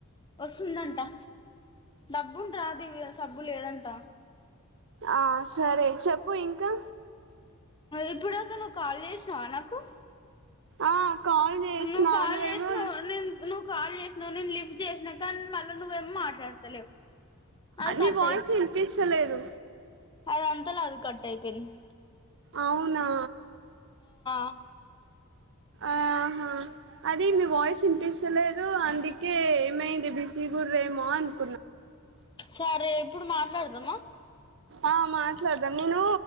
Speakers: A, on the left; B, on the right.
A: పస్తుందందంటా డబ్బుంట రాదు ఇ సబ్బు లేదంట
B: ఆ సరే చెప్పు ఇంకా
A: ఇప్పుడాక నువ్వు కాల్ చేసావా నాకు
B: ఆ కాల్ చేసినాను
A: నువ్వు కాల్ చేసినావు
B: ఏమో
A: నేను నువ్వు కాల్ చేసినావు నేను లిఫ్ట్ చేసినా కానీ మళ్ళీ నువ్వేం మాట్లాడతలేవు అది
B: నీ
A: కట్
B: వాయిస్ వినిపిస్తలేదు
A: అది అంతాల అది కట్ అయిపోయింది
B: అవునా
A: ఆ
B: ఆహా అదే మీ వాయిస్ ఇంట్రెస్ట్ సరేలే అందుకే ఏమేమీ చెప్తా డిసిగు రేమన్ <unintelligible>
A: సరే ఇప్పుడు మాట మొదలెల్దామా
B: ఆ మాట్లాడదాం నేను